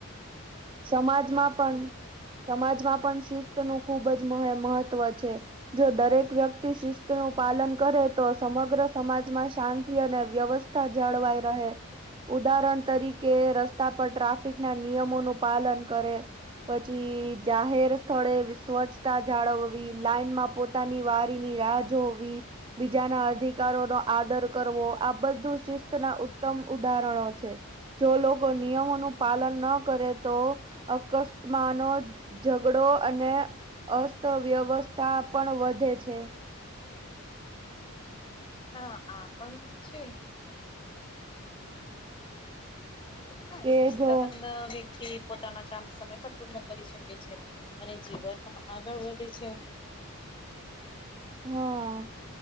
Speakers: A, on the right (about 20°); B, on the left (about 20°).
A: સમાજમાં પણ... સમાજમાં પણ શિસ્તનું ખૂબ જ મહત્વ છે. જો દરેક વ્યક્તિ શિસ્તનું પાલન કરે તો સમગ્ર સમાજમાં શાંતિ અને વ્યવસ્થા... જળવાઈ રહે. ઉદાહરણ તરીકે, રસ્તા પર ટ્રાફિકના નિયમોનું પાલન કરે. પછી જાહેર સ્થળે સ્વચ્છતા જાળવવી, લાઈનમાં પોતે... પોતાની વારીની રાહ જોવી. બીજાના અધિકારોનો આદર કરવો, આ બધું... શિસ્ત ના, ઉત્તમ ઉદાહરણો છે. જો લોકો નિયમોનું પાલન ન કરે, તો અકસ્માતો... ઝઘડો અને અસ્ત વ્યવસ્થા પણ વધે છે.
B: હા, આપણ છે. હા,
A: કે
B: શિસ્તબદ્ધ...
A: જો
B: થી પોતાનું કામ સમયસર પૂર્ણ કરી શકે છે, અને જીવનમાં આગળ વધે છે.
A: હા,